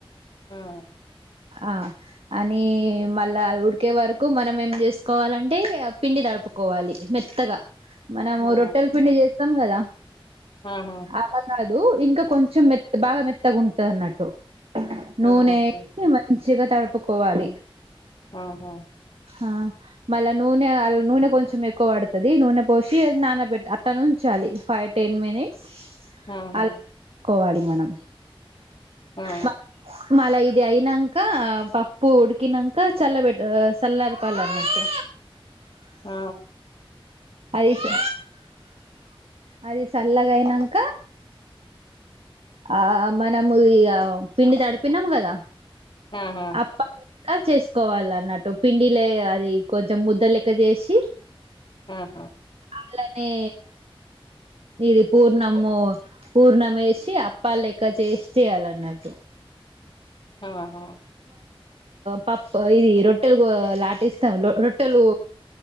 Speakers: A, on the left; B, on the right.
A: ఆమ్
B: ఆ అని మళ్ళా ఉడికే వరకు మనం ఏం చేసుకోవాలంటే పిండి తడుపుకోవాలి మెత్తగా మనము
A: ఆ
B: రొట్టెల పిండి చేస్ మొత్తం కదా
A: ఆహా
B: అ <unintelligible> ఉ ఇంకా కొంచెం మెత్త బాగా మెత్తగా ఉంట అన్నట్టు నూనె
A: ఆ ఓకే
B: మంచిగా తడుపుకోవాలి
A: ఆహా
B: ఆ మళ్ళా నూనె అ నూనె కొంచెం ఎక్కువ పడతది నూనె పోసి నానబెట్టా అట్లాను ఉంచాలి ఫైవ్ టెన్ మినిట్స్
A: ఆహా
B: అలా కోవాలి మనం
A: ఆ
B: బ మళ్ళా ఇది అయింనాక పప్పు ఉడికినాక చల్ల పెట్ట చల్లరిపాల అన్నట్టు
A: ఆ
B: అయితే అది సల్లగాయి నాంక ఆ మనము ఈ పిండి తడిపినం కదా
A: ఆహా
B: అప్పలెక్క చేసుకోవాలి అన్నట్టు పిండిలే అది కొంచెం ముద్దలెక్క చేసి
A: ఆహా
B: వాళ్ళనే ఇది పూర్ణము పూర్ణం వేసి పాలు లెక్క చేసి చేయాలి అన్నట్టు
A: ఆహా
B: పప్పు ఇది రొట్టెలు లాటిస్తాం రొట్టెలు